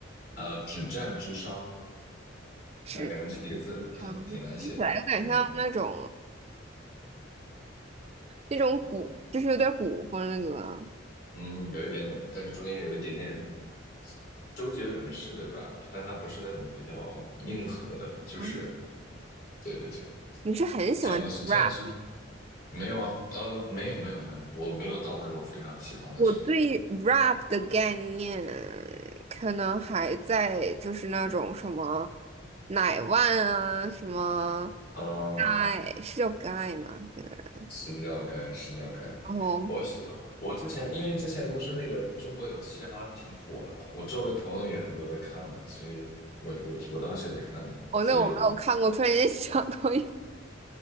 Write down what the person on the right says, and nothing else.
纸嗯，
长，听起来有点像那种。
那种古，就是有点古风那个啊。
哦
你是很喜欢
rap？
我对 rap 的概念可能还在就是那种什么奶万啊，什么
guy 是叫 guy 吗？那个
然后
哦，
那我没有看过，突然间想到一